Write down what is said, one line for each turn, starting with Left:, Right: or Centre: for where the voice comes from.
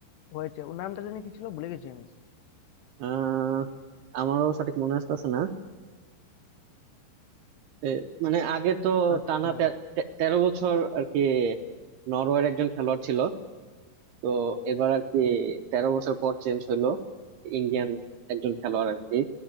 Left: হয়েছে ওর নামটা জানি কি ছিল ভুলে গেছি আমি
Right: আহ আমারও সঠিক মনে আসতেছে না এ, মানে আগে তো
Left: আচ্ছা
Right: টানা তে- তে- তেরো বছর আর কি নরওয়ের একজন খেলোয়াড় ছিল তো এবার আর কি তেরো বছর পর চেঞ্জ হইলো ইন্ডিয়ান একজন খেলোয়াড় আর কি